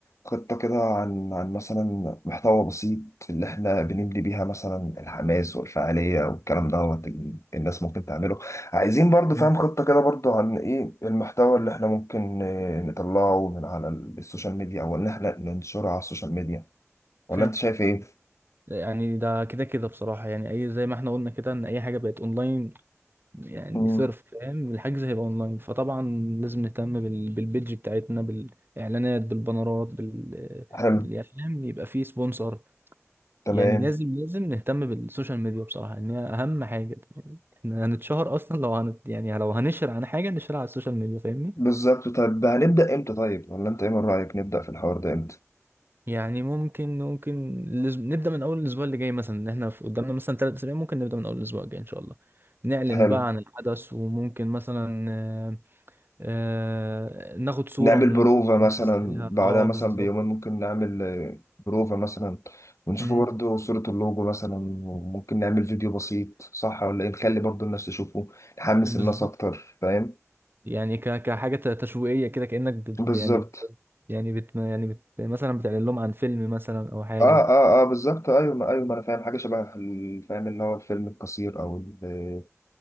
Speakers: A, on the left (about 70°); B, on the right (about 45°).
A: خطة كده عن عن مثلا محتوى بسيط اللي احنا بنبني بيها مثلا الحماس والفعالية والكلام دوت ال- الناس ممكن تعمله عايزين برضو
B: أمم،
A: فاهم خطة كده برضو عن ايه المحتوى اللي احنا ممكن آه، نطلعه من على ال- السوشيال ميديا او ان احنا ننشره على السوشيال ميديا
B: فاهم
A: ولا انت شايف ايه؟
B: يعني ده كده كده بصراحة يعني أي زي ما احنا قلنا كده إن أي حاجة بقت أونلاين يعني
A: مم.
B: صرف فاهم الحجز هيبقى أونلاين فطبعا لازم نهتم بال... بالبيدج بتاعتنا بالإعلانات بالبانرات بال...
A: حلو
B: بال... يعني فاهم يبقى فيه سبونسر
A: تمام
B: يعني لازم لازم نهتم بالسوشيال ميديا بصراحة ان هي اهم حاجة يعني احنا هنتشهر اصلا لو هنت يعني لو هنشر عن حاجة نشرها على السوشيال ميديا فاهمني
A: بالظبط طيب هنبدأ امتى طيب ولا انت ايه من رأيك نبدأ في الحوار ده امتى؟
B: يعني ممكن ممكن الأس- نبدأ من اول الاسبوع اللي جاي مثلا ان احنا في- قدامنا مثلا ثلاث اسابيع ممكن نبدأ من اول الاسبوع الجاي ان شاء الله نعلن
A: حلو
B: بقى عن الحدث وممكن مثلا آه، آه، ناخد صورة
A: نعمل
B: من اللوجو
A: بروفة مثلا
B: وننزلها
A: بعدها
B: اه
A: مثلا
B: بالظبط
A: بيومين ممكن نعمل آه، بروفة مثلا ونشوف
B: مم،
A: برضو صورة اللوجو مثلا وممكن نعمل فيديو بسيط صح ولا ايه نخلي برضو الناس تشوفه نحمس
B: بالظبط
A: الناس اكتر فاهم
B: يعني ك... كحاجة ت- تشويقية كده كأنك بت...
A: بالظبط
B: يعني بت- يعني بت... يعني بت... مثلا بتعلن لهم عن فيلم مثلا أو حاجة
A: اه اه اه بالظبط ايوه ما ايوه ما انا فاهم حاجة شبه ال- فاهم اللي هو الفيلم القصير او ال-